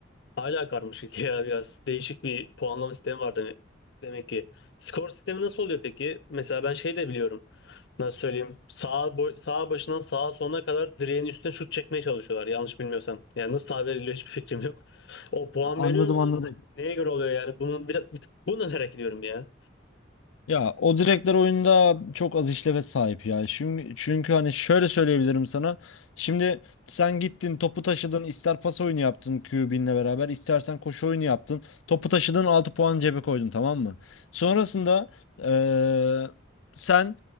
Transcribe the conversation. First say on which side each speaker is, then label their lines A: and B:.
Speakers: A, on the left; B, on the left.
A: Hala karmaşık ya biraz değişik bir puanlama sistemi var demek, demek ki. Skor sistemi nasıl oluyor peki? Mesela ben şey de biliyorum. Nasıl söyleyeyim? Sağ, boy, sağ başından sağa sonuna kadar direğin üstüne şut çekmeye çalışıyorlar yanlış bilmiyorsam. Yani nasıl sağ veriliyor hiçbir fikrim yok. O puan
B: Anladım
A: veriyor mu?
B: anladım.
A: Neye göre oluyor yani? Bunu biraz bir tık- bunu da merak ediyorum ya.
B: Ya o direkler oyunda çok az işleve sahip ya. Çünkü, çünkü hani şöyle söyleyebilirim sana. Şimdi sen gittin topu taşıdın ister pas oyunu yaptın QB'inle beraber istersen koşu oyunu yaptın. Topu taşıdın 6 puan cebe koydun tamam mı? Sonrasında eee, sen